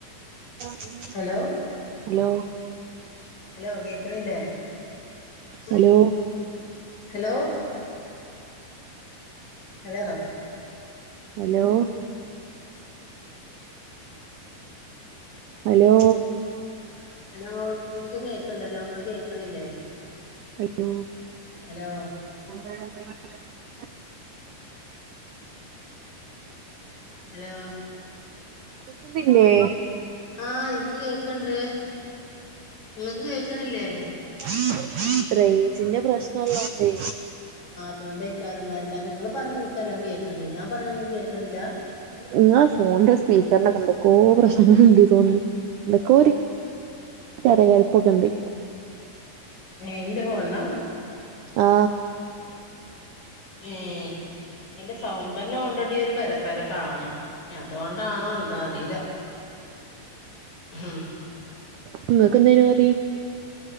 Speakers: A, on the right (about 80°); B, on the left (about 45°).
A: <inaudible>
B: Hello
A: hello?
B: ഹലോ? കേക്കണില്ലേ?
A: Hello
B: <inaudible> hello? Hello
A: hello hello
B: hello എനിക്ക് കേക്കണ്ടല്ലോ ങ്ങ കേക്കണില്ലേ
A: ഹലോ
B: ഹലോ
A: <unintelligible>
B: ഹലോ
A: കേക്ക്ന്നില്ലേ
B: ആ എനിക്ക് കേക്കണ്ട് ഇങ്ങക്ക് കേക്കണില്ലേ
A: <inaudible> റേയ്ഞ്ചിന്റെ പ്രശ്നല്ലോണ്ടേ
B: അതൊണ്ടേക്കാരം കാരണം നിങ്ങള് പറേണേ ഇനക്കെല്ലാം കേൾക്കണ്ട് ഞാൻ പറേണേ ങ്ങക്ക് കേക്കണില്ല
A: ങ്ങളെ ഫോണിന്റെ സ്പീക്കറിനൊക്കെ എന്തൊക്കോ പ്രശ്നങ്ങളുണ്ട്ന്ന് തോന്ന്ണ് എന്തൊക്കോര് കരകരെപ്പൊക്കെണ്ട്
B: ഏ എന്റെ ഫോണ് ന്നാ
A: ആ
B: ഏ ന്റെ സൗണ്ട് തന്നെ ഓൾറെഡി ഒരു പരപ്പരപ്പാണ് ഇഞ് അതുകൊണ്ടാണോ എന്താറിയില്ല മ്
A: നിങ്ങക്കെന്തേനു കറി